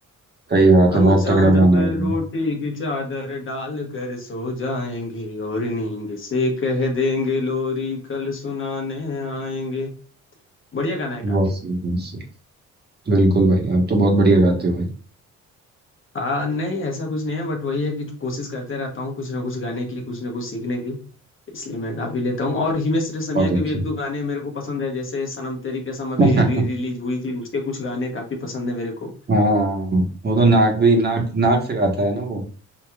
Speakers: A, on the right; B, on the left.
A: सही बात
B: हम
A: है बहुत
B: चांद
A: तगड़ा गाना
B: पे
A: है ये।
B: रोटी की चादर डाल कर सो जाएंगे और नींद से कह देंगे लोरी कल सुनाने आएंगे बढ़िया गाना है
A: बहुत
B: काफी
A: सही बहुत सही बिल्कुल भाई आप तो बहुत बढ़िया गाते हो भाई
B: आ, नहीं ऐसा कुछ नहीं है बट वही है कि कोशिश करते रहता हूँ कुछ ना कुछ गाने की कुछ ना कुछ सीखने की इसलिए मैं गा भी लेता हूँ और हिमेश रेशमिया
A: बहुत
B: के
A: अच्छे
B: भी एक दो गाने मेरे को पसंद है जैसे सनम तेरी कसम अभी
A: <laughs>
B: री रिलीज हुई थी उसके कुछ गाने काफी पसंद है मेरे को
A: हाँ वो तो नाक भी नाक नाक से गाता है ना वो